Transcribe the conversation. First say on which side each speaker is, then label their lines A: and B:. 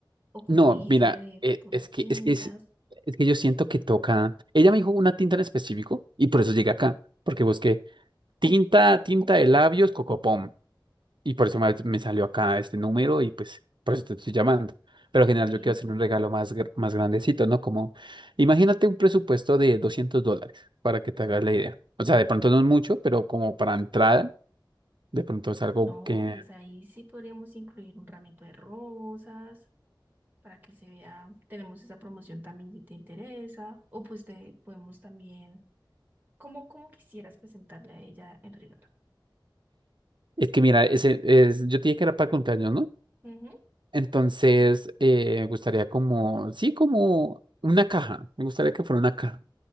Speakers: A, on the right; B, on the right.
A: o como
B: No,
A: dijiste
B: mira,
A: de
B: eh,
A: puras
B: es que
A: tintas.
B: es que es, es que yo siento que toca. Ella me dijo una tinta en específico y por eso llegué acá, porque busqué Tinta, tinta de labios, Cocopom. Y por eso me, me salió acá este número y pues por eso te estoy llamando. Pero en general
A: Ok.
B: yo quiero hacer un regalo más, gr- más grandecito, ¿no? Como, imagínate un presupuesto de 200 dólares para que te hagas la idea. O sea, de pronto no es mucho, pero como para entrada, de pronto es algo
A: No,
B: que...
A: pues ahí sí podríamos incluir un ramito de rosas para que se vea. Tenemos esa promoción también si te interesa. O pues te podemos también, como, como quisieras presentarle a ella el regalo.
B: Es que mira, ese, es, yo te dije que era para cumpleaños, ¿no?
A: Ujú,
B: Entonces, eh, me gustaría como, sí, como una caja. Me gustaría que fuera una caja.